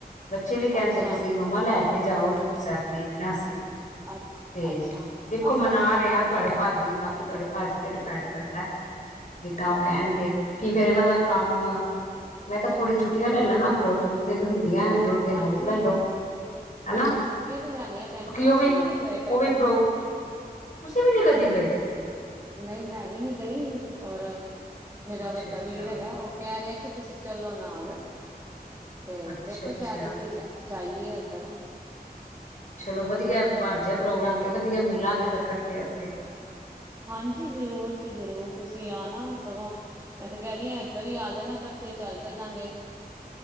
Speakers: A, on the left; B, on the right.
A: ਬੱਚੇ ਵੀ ਕਹਿੰਦੇ
B: ਅੱਛਾ
A: ਪਏ ਸੀ ਮੰਮਾ ਲੈ ਲੈ ਕੈ ਜਾਯੋ, ਹਜੂਰ ਸਹਿਬ ਵੇਖਣਾ ਅਸੀ। ਤੇ
B: ਅ ਅੱਛਾ
A: ਦੇਖੋ
B: ਅਸ
A: ਮਨਾ ਰਹੇ ਹਾ, ਤੁਹਾਡੇ ਭਾਜੀ ਨੂੰ ਬਾਕੀ ਕਿ ਤੁਹਾਡੇ ਭਾਜੀ ਤੇ ਡਿਪੈਂਡ ਕਰਦਾ, ਜਿੱਦਾਂ ਉਹ ਕਹਿਣਗੇ ਕੀ ਫੇਰ ਇਹਨਾਂ ਦਾ ਕੰਮ, ਮੈਂ ਕਿਹਾ ਥੋੜੀਆਂ ਛੁੱਟੀਆਂ ਲੈ ਲੈਣਾ ਹੋਰ ਦੋ, ਤਿੰਨ ਹੁੰਦੀਆਂ ਦੋ, ਤਿੰਨ
B: ਹਾਂਜੀ
A: ਹੋਰ ਲੈ ਲੋ।
B: ਹਾਂਜੀ,
A: ਹਨਾ
B: ਛੁੱਟੀਆਂ ਤੇ ਲੈਣੀਆਂ ਪੈਂਦੀਆਂ
A: ਕਿਉਂਕਿ ਉਹ
B: ਅਸੀਂ ਵੀ ਨਹੀਂ ਗਏ ਕਦੀ।
A: ਉਹ ਵੀ ਪ੍ਰੋ ਤੁਸੀਂ ਵੀ ਨੀ ਗਏ।
B: ਨਹੀਂ, ਮੈਂ ਵੀ ਨਹੀਂ ਗਈ, ਔਰ ਮੇਰਾ
A: ਅੱਛਾ
B: ਵੱਡਾ
A: ਅੱਛਾ
B: ਵੀਰ ਹੈਗਾ। ਉਹ ਕਹਿ ਤੇ ਕਿ, ਤੁਸੀਂ ਚੱਲੋ ਨਾਲ। ਤੇ,
A: ਅੱਛਾ
B: ਦੇਖੋ
A: ਅੱਛਾ
B: ਸ਼ਾਇਦ ਅਸੀਂ ਜਾ ਜਾਈਏ ਉੱਧਰ।
A: ਚਲੋ ਵਧੀਆ ਬਣ ਜਾਏ ਪ੍ਰੋਗਰਾਮ ਤੇ ਵਧੀਆ ਮਿਲਾਂਗੇ ਫੇਰ ਇਕੱਠੇ ਉੱਥੇ
B: ਹਾਂਜੀ ਜ਼ਰੂਰ ਜ ਜ਼ਰੂਰ ਤੁਸੀਂ ਆ ਨਾ ਸਗੋਂ ਮੈਂ ਤੇ ਕਹਿ ਰਹੀ ਹਾਂ ਇਧਰ ਹੀ ਆ ਜਾਣਾ ਇਕੱਠੇ ਚੱਲ ਚੱਲਾਂਗੇ